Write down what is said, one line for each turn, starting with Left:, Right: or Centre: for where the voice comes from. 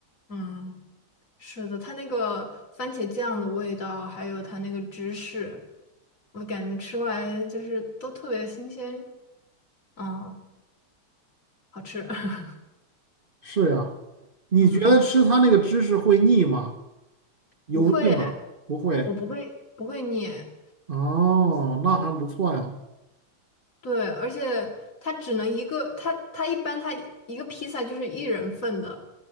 Left: 嗯，是的，它那个番茄酱的味道，还有它那个芝士，我感觉吃过来就是都特别新鲜，嗯，好吃，<laughs>
Right: 是呀。你觉得吃它那个芝士会腻吗？
Left: 嗯，
Right: 油腻吗？
Left: 不会哎
Right: 不会。
Left: 我不会不会捏，
Right: 哦，那还不错呀。
Left: 对，而且它只能一个，它它一般它一个披萨就是一人份的，